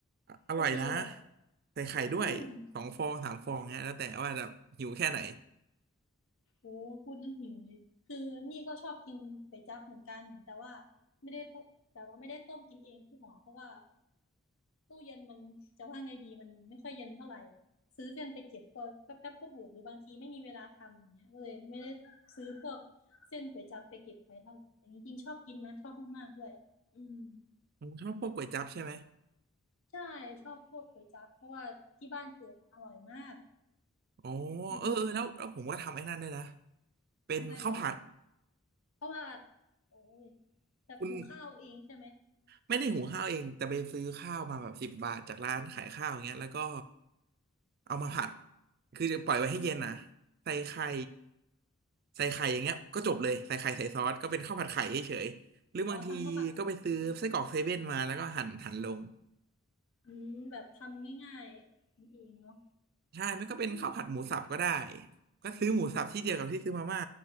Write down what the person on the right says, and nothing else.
อร่อยนะ
ใส่ไข่ด้วยสองฟองสามฟองเงี้ยแล้วแต่ว่าจะหิวแค่ไหน
ผมชอบพวกก๋วยจั๊บใช่ไหม
อ๋อ
เออเออแล้วแล้วผมก็ทำไอ้นั่นด้วยนะเป็นข้าวผัด
คุณไม่ได้หุงข้าวเองแต่ไปซื้อข้าวมาแบบสิบบาทจากร้านขายข้าวอย่างเงี้ยแล้วก็เอามาผัดคือจะปล่อยไว้ให้เย็นนะ
ใส่ไข่ใส่ไข่อย่างเงี้ยก็จบเลยใส่ไข่ใส่ซอสก็เป็นข้าวผัดไข่เฉยๆหรือบางทีก็ไปซื้อไส้กรอกเซเว่นมาแล้วก็หั่นหั่นลง
ใช่ไม่ก็เป็นข้าวผัดหมูสับก็ได้
ก็ซื้อหมูสับที่เดียวกับที่ซื้อมาม่า